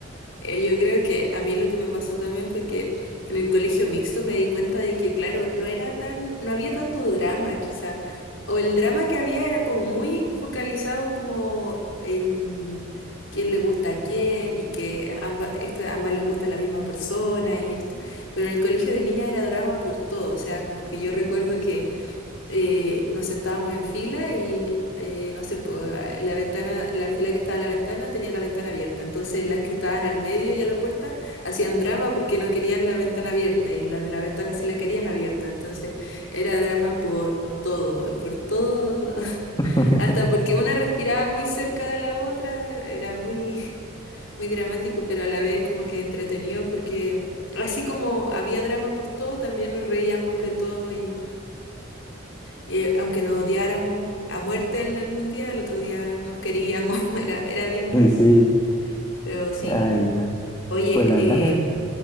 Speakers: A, on the left (about 85°); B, on the left (about 20°).
A: Eh, Yo creo que a mí lo que me pasó también fue que en el colegio mixto me di cuenta de que, claro, no era tan, no había tanto drama, quizá. O el drama que había era como muy focalizado como en quién le gusta a quién y que ambas, esta, ambas les gusta la misma persona y esto. Pero en el colegio de niñas era drama por todo. O sea, como que yo recuerdo que eh, nos sentábamos en fila y eh, no sé, pues, la ventana, la fila que estaba a la ventana tenía la ventana abierta. Entonces las que estaban al medio y a la puerta hacían drama porque no querían la ventana abierta y las de la ventana sí la querían abierta. Entonces era drama por todo, por todo, <laughs>
B: <laughs>
A: hasta porque una respiraba muy cerca de la otra, era muy, <laughs> muy dramático, pero a la vez como que entretenido porque así como había drama por todo, también nos reíamos de todo y aunque nos odiáramos a muerte en algún día, al otro día nos queríamos, <laughs> era, era bien raro.
B: Sí,
A: Pero sí,
B: ay, no.
A: oye,
B: Pues la verdad me...
A: eh,